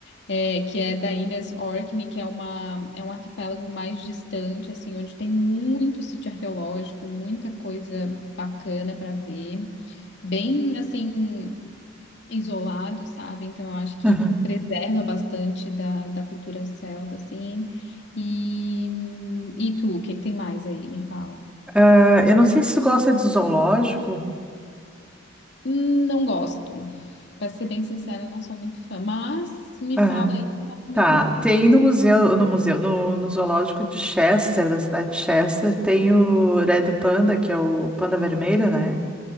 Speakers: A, on the left; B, in the centre.
A: é, que é da Ilhas Orkney, que é uma, é um arquipélago mais distante, assim, onde tem muito sítio arqueológico, muita coisa bacana para ver, bem, assim, isolado, sabe? Então eu acho que
B: aham.
A: preserva bastante da, da cultura celta, assim. E, e tu, o que que tem mais aí? Me fala.
B: Ah, eu não sei se tu gosta de zoológico.
A: Hum, Não gosto. Pra ser bem sincera, não sou muito fã, mas me
B: Aham.
A: fala aí que foto me
B: Tá,
A: convém.
B: tem no museu, no museu, no, no zoológico de Chester, da cidade de Chester, tem o Red Panda, que é o panda vermelho, né?